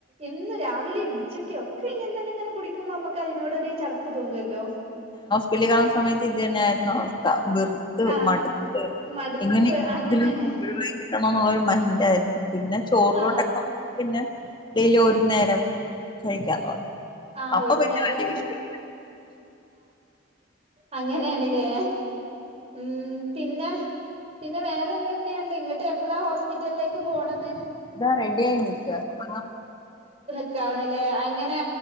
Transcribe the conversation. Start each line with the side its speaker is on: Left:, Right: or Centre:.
Right: എന്നും രാവിലിംഉച്ചക്കൊക്കെ ഇങ്ങൻതന്നെ ഇങ്ങനെ കുടിക്കുമ്പോ മ്മക്ക് അയിനോടൊരു ചട പ്പ്‌ തോന്നുവല്ലോ
Left: പിള്ളികാം സമയത്ത് ഇതന്നെയായിരുന്നു അവസ് ത വെറ്ത്ത്
Right: ആഹ്
Left: മട്ത്ത്
Right: മടുപ്പ്
Left: എങ്ങനെയെങ്കിലും
Right: അങ്ങനെയാണ്
Left: <unintelligible> കണംന്നുള്ളൊരു മൈൻഡാആയിരുന്നു പിന്നെ ചോറിലോട്ടൊക്കെ
Right: ആഹ്
Left: പിന്നെ ഡെയിലി ഒരു നേരം കഴിക്കാതോന്നും
Right: ആഹ്
Left: അപ്പൊ
Right: ഒരു
Left: പിന്നെ
Right: നേരം
Left: വല്യ വിഷയല്ല
Right: അങ്ങനേണ്ലേ ഉം പിന്നെ പിന്നെ വേറെ എന്തൊക്കെയുണ്ട് ഇങ്ങിട്ട് എപ്പളാ ഹോസ്പിറ്റലിലേക്ക് പോണത്
Left: ഇതാ റെഡി ആയി നിക്ക ഇറ
Right: ക്കാണ്ലേ അങ്ങനെ